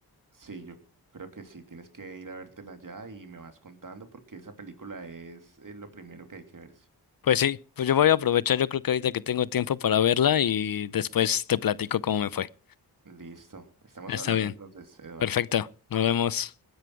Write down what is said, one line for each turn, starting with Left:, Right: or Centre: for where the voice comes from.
Right: Sí, yo creo que sí, tienes que ir a vértela ya y me vas contando porque esa película es, eh, lo primero que hay que verse.
Left: Pues sí, pues yo voy a aprovechar, yo creo que ahorita que tengo tiempo para verla y después te platico cómo me fue.
Right: Listo, estamos
Left: Está
Right: hablando
Left: bien,
Right: entonces, Eduardo.
Left: perfecto, nos vemos.